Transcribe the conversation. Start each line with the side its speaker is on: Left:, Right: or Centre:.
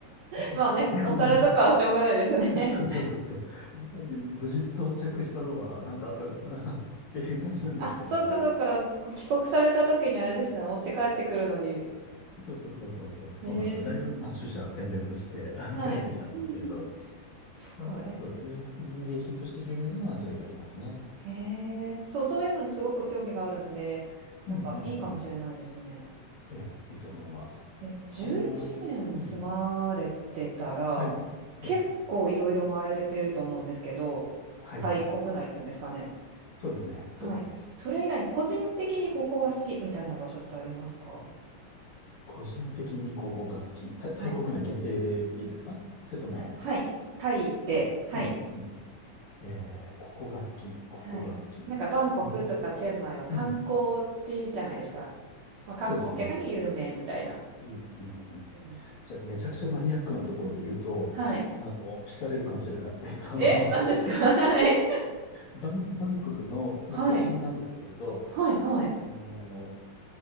Right: まあね、
Left: <laughs> 日本に、
Right: お皿とかはしょうがないですよね。
Left: そうそうそうそう、
Right: <laughs>
Left: 日本に無事到着したのはなんかあったのかな <laughs> っていう感じなんですけれども。
Right: あ、そうかそうか。帰国された時にあれですね、持って帰ってくるのに。
Left: そうそうそうそうそう、そうなんですよ。
Right: へえ。
Left: だいぶ、まあ、取捨選別して、あの、
Right: はい。
Left: 帰ってきたんですけれど。
Right: うんうん。そっか、
Left: まあまずそうですね。
Right: え、
Left: 民芸品として有名なのはそれがありますね。
Right: へえ。そう、そういうのにすごく興味があるんで、
Left: うんうんうん。
Right: なんかいいかもしれないですね。
Left: ええ、いいと思います。
Right: え、11年住まれてたら、
Left: あの、うん、はい。
Right: 結構いろいろ回られてると思うんですけど、
Left: え、はい。
Right: タイ国内っていうんですかね。
Left: そうですね。
Right: はい。
Left: そうですね。
Right: それ以外に個人的にここは好きみたいな場所ってありますか？
Left: 個人的にここが好き。タイ、タイ国内限定でいいですかそれとも、
Right: はい。はい、タイで、
Left: はいうん、
Right: はい、
Left: うん。えー、ここが好き。ここが好き。
Right: はい。なんかバンコクとかチェンマイは観光地じゃないですか。
Left: ね。うん。
Right: まあ、観光客に有名みたいな。
Left: そうですね。うん、うん、うん。
Right: うん。
Left: じゃあ、めちゃくちゃマニアックなところで言うと、
Right: はい。
Left: あの、惹かれるかもしれない。えっと
Right: え、
Left: <laughs>
Right: <laughs> 何ですか？<laughs> はい。
Left: バン、バンコクの、もう都心なんですけれど、
Right: はい。はいはい。
Left: あの